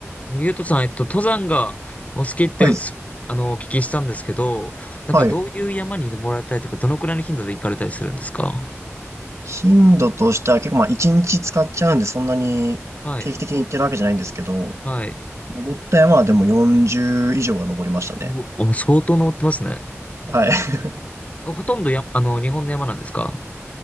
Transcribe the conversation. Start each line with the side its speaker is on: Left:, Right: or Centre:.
Left: あのゆうとさん、えっと、登山がお好きって、
Right: はい。
Left: すあの、お聞きしたんですけど、なんかどういう山に登られたりとか、
Right: はい。
Left: どのくらいの頻度で行かれたりするんですか
Right: 頻度としては結構まあ1日使っちゃうんでそんなに定期的に行ってるわけじゃないんですけど、
Left: はい、はい。
Right: 登った山はでも40以上は登りましたね。
Left: お、お相当登ってますね。
Right: はい。<laughs> い
Left: ほとんどや、あの、日本の山なんですか